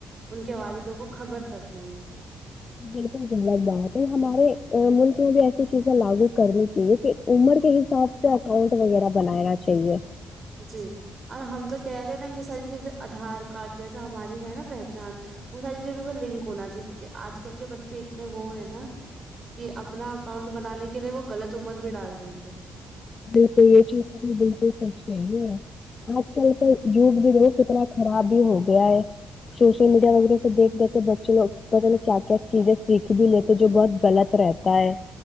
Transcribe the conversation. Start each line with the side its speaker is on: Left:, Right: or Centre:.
Right: ان کے والدوں کو خبر تک نہیں
Left: بالکل غلط بات ہے ہمارے ملک میں بھی ایسی چیزیں لاگو کرنی چاہیے کہ عمر کے حساب سے اکاؤنٹ وغیرہ بنانا چاہیے
Right: جی اور ہم تو کہہ رہے ہیں نا یہ ساری چیزیں آدھار کارڈ جیسا ہماری ہے نا پہچان وہ ساری چیزوں سے لنک ہونا چاہی کیونکہ آج کل کے بچے اتنے وہ ہے نا کہ اپنا اکاؤنٹ بنانے کے لیے وہ لط عمر بھی ڈال دیں گے
Left: بالکل یہ چیز تو بالکل سچ نہیں ہے آج کل کا یوگ بھی د کتنا خراب بھی ہو گیا ہے سوشل میڈیا وغیرہ سے دیکھ دیتے بچے لوگ پت نہیں کیا کیا چیزیں سیکھ بھی لیتے جو بہت غلط رہتا ہے